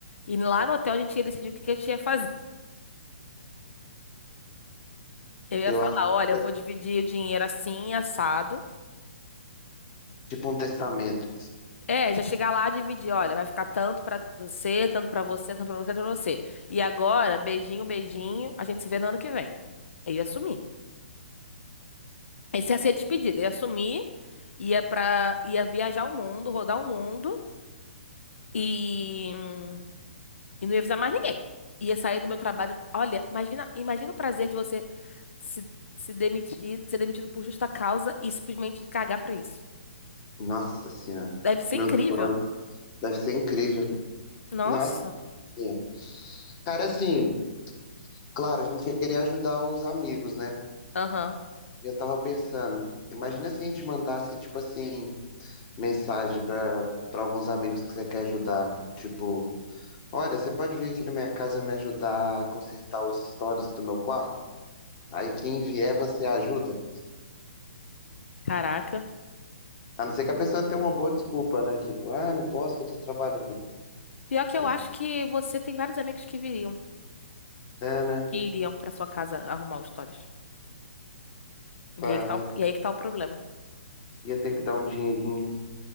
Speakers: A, on the left (about 75°); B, on the left (about 30°).
A: E lá no hotel a gente ia decidir o que que a gente ia fazer. Eu ia
B: Eu
A: falar,
B: acho que
A: olha,
B: vai
A: eu vou
B: ser
A: dividir o dinheiro assim, assado.
B: tipo um testamento.
A: É, já chegar lá e dividir, olha, vai ficar tanto pra você, tanto pra você, tanto pra você, tanto pra você. E agora, beijinho, beijinho, a gente se vê no ano que vem. Eu ia sumir. Esse ia ser a despedida, eu ia sumir, ia pra ia viajar o mundo, rodar o mundo e E não ia avisar mais ninguém. Ia sair do meu trabalho. Olha, imagina, imagina o prazer de você se, se demitir, ser demitido por justa causa e simplesmente cagar pra isso.
B: Nossa Senhora.
A: Deve ser
B: Meu
A: incrível.
B: sonho. Deve ser incrível.
A: Nossa.
B: Nossa Senhora. Cara, assim, claro, a gente ia querer ajudar os amigos, né?
A: Aham.
B: E eu tava pensando, imagina se a gente mandasse, tipo assim, mensagem pra, pra alguns amigos que você quer ajudar. Tipo, olha, você pode vir aqui na minha casa me ajudar a consertar os stories do meu quarto? Aí quem vier, você ajuda?
A: Caraca.
B: A não ser que a pessoa tenha uma boa desculpa, né? Tipo, ah, não posso que eu tô trabalhando.
A: Pior que
B: Aí,
A: eu acho que você tem vários amigos que viriam,
B: é, né?
A: que iriam pra sua casa arrumar os stories.
B: Aí
A: E aí que tá, o- e aí que tá o problema.
B: ia ter que dar um dinheirinho.